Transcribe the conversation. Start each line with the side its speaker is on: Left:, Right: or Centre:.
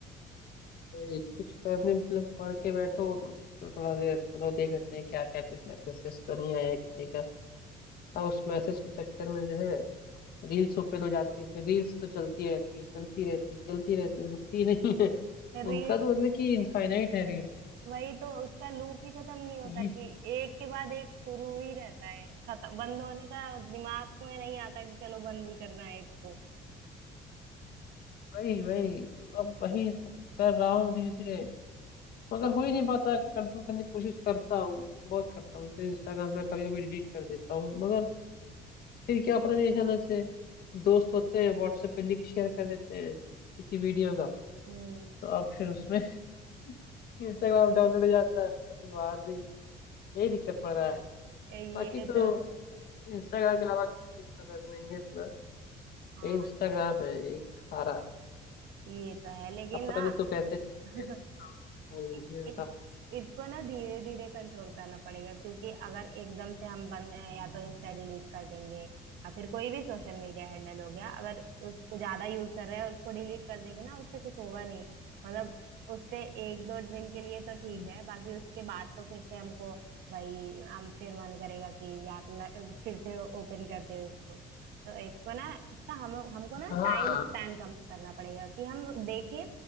Left: ये कुछ करने मतलब पढ़ के बैठो तो तो थोड़ा देर चलो देख लेते हैं क्या क्या कुछ मैसेज तो नहीं आया है किसी का और उस मैसेज के चक्कर में जो है रील्स ओपन हो जाती है फिर रील्स तो चलती रहती है चलती रहती है चलती रहती है रुकती <laughs> नहीं है
Right: अरे
Left: उनका तो मतलब कि इनफाइनाइट है रील्स
Right: वही तो उसका लूप ही खत्म नहीं होता
Left: ये
Right: कि एक के बाद एक शुरू ही रहता है खत्म बंद होने का दिमाग में नहीं आता कि चलो बंद भी करना है इसको
Left: वही वही तो अब वही सब कर रहा हूँ धीरे धीरे मगर हो ही नहीं पाता कंट्रोल करने की कोशिश करता हूँ बहुत करता हूँ जैसे इंस्टाग्राम में कभी कभी डिलीट कर देता हूँ मगर फिर क्या पता नहीं अचानक से दोस्त होते हैं व्हाट्सएप पे लिंक शेयर कर देते हैं किसी वीडियो का
Right: हम्म
Left: तो अब फिर उसमें <laughs> इंस्टाग्राम डाउनलोड हो जाता है फिर बाद में यही दिक्कत पड़ रहा है
Right: ये
Left: बाकी तो
Right: तो है।
Left: इंस्टाग्राम के अलावा किसी चीज की जरूरत नहीं है इतना
Right: हाँ
Left: ये इंस्टाग्राम है यही खा रहा है
Right: ये तो है लेकिन
Left: अब
Right: ना
Left: पता नहीं इसको कैसे कैसे
Right: <laughs>
Left: समझ में
Right: इ-
Left: नहीं आता
Right: इस इसको ना धीरे धीरे कंट्रोल करना पड़ेगा क्योंकि अगर एकदम से हम बंद या तो इंस्टा डिलीट कर देंगे या फिर कोई भी सोशल मीडिया हैंडल हो गया अगर उसको ज्यादा यूज कर रहे हैं और उसको डिलीट कर देंगे ना उससे कुछ होगा नहीं मतलब उससे एक दो दिन के लिए तो
Left: हम्म,
Right: ठीक है बाकी उसके बाद तो फिर से हमको वही हम फिर मन करेगा कि यार ल- फिर से ओपन कर दे उसको तो इसको ना इसका हम हमको ना
Left: हाँ
Right: टाइम स्पैन कम करना पड़ेगा कि हम देखें